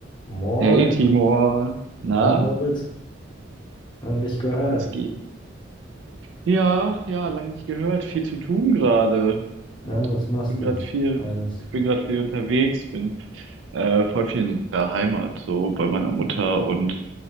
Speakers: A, on the left; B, on the right.
A: Moin,
B: Hey Timur, na,
A: na Moritz, lang nicht gehört.
B: was geht? Ja, ja, lange nicht gehört. Viel zu tun gerade.
A: Ja, was machst
B: Bin
A: du?
B: gerade viel,
A: Eines.
B: ich bin gerade viel unterwegs, bin äh, voll viel in der Heimat, so bei meiner Mutter und